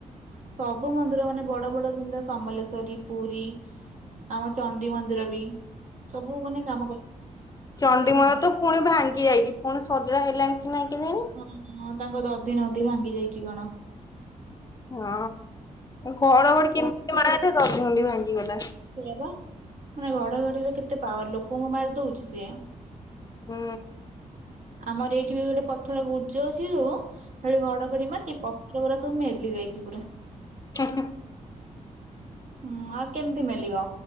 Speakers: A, on the right; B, on the left.
A: ସବୁ ମନ୍ଦିର ମାନେ ବଡ ବଡ ଜେମିତିଆ ସମଲେଶ୍ଵରୀ ପୁରୀ ଆମ ଚଣ୍ଡୀ ମନ୍ଦିର ବି ସବୁ ମାନେ କାମ
B: ଚଣ୍ଡିମନ୍ଦିର ତ ପୁଣି ଭାଙ୍ଗି ଯାଇଚି ପୁଣି ସଜଡ଼ା ହେଲାଣି କି ନାଇଁ କେଜାଣି।
A: ହଁଁ ତାଙ୍କ ଦଧିନୋଉତି ଭାଙ୍ଗି ଯାଇଚି କଣ।
B: ହଁ ଘଡଘଡି କେମିତି ମାରିଲା ଯେ ଦାଧିହାଣ୍ଡି ଭାଙ୍ଗି ଗଲା।
A: ସେଇଆପା ମାନେ ଘଡଘଡିର କେତେ ପାୱାର ଲୋକଙ୍କୁ ମାରି ଦୋଉଚି ସିଏ।
B: ହୁଁ।
A: ଆମର ଏଇଠି ବି ଗୋଟେ ପଥର ଗୁର୍ଜ ଅଛି ଯୋଉ ସେଠି ଘଡଘଡି ମାରିଚି ପ ସେଗୁରା ସବୁ ମେଲି ଯାଇଚି ପୁରା।
B: ହୁଁ ହୁଁ।
A: ହୁଁ ଆଉ କେମିତି ମେଲିବ